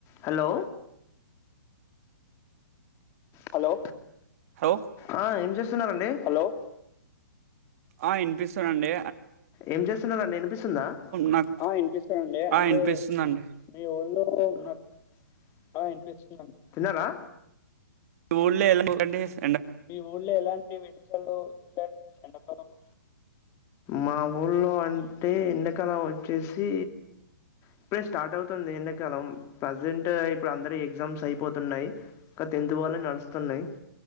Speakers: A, on the left (about 25°); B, on the right (about 50°).
A: Hello hello
B: hello
A: ఆ ఏం చేస్తున్నారండి హలో
B: ఆ ఇనిపిస్తదండి
A: ఏం చేస్తున్నారాండి వినిపిస్తుందా
B: నాకు
A: ఆ ఇనిపిస్తుందండి
B: ఆ
A: అంటే
B: వినిపిస్తుందండి
A: మీ ఓళ్ళు నా ఆ ఇనిపిస్తుందండి తిన్నారా
B: మీ ఊళ్ళే ఎలాంటి <unintelligible>
A: మీ ఊళ్ళ ఎలాంటి విశేషాలు ఎండకోదమ్మా మా ఊళ్ళో అంటే ఎండకాలం వచ్చేసి ఇప్పుడే స్టార్ట్ అవుతుంది ఎండాకాలం ప్రజెంట్ ఇప్పుడు అందరి ఎగ్జామ్స్ అయిపోతున్నాయ్ ఒక టెన్ న్త్ వాళ్ళై నడుస్తున్నాయ్